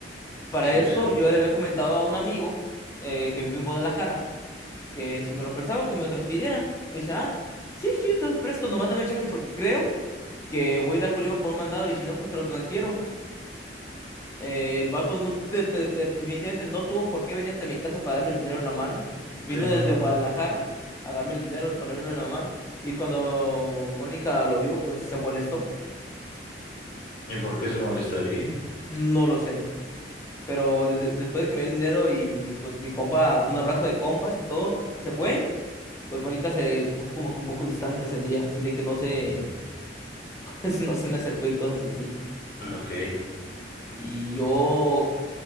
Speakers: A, on the left; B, on the left.
A: Para
B: Sí,
A: esto
B: o sea,
A: yo ya le había comentado a un amigo eh, que vive en Guadalajara que si me lo prestaba que me lo transfiriera. Me dice, ah, sí, sí, yo te los presto, nomás dame chance porque creo que voy a ir a Colima por un mandado y si no, pues te los transfiero. Eh, el vato no, de- de- de- definitivamente no tuvo por qué venir hasta mi casa para darme el dinero en la mano.
B: sí,
A: Vino desde
B: no, no.
A: Guadalajara a darme el dinero y ponérmelo en la mano. Y cuando Mónica lo vio, pues se molestó.
B: ¿Y por qué se molestaría?
A: No lo sé. Pero desde- después de que me dio el dinero y pues mi compa, un abrazo de compas y todo, se fue. Pues Mónica se puso como que un poco distante ese día, así de que no se,
B: Ujú.
A: <laughs> no se me acercó y cosas así.
B: Ok.
A: Y yo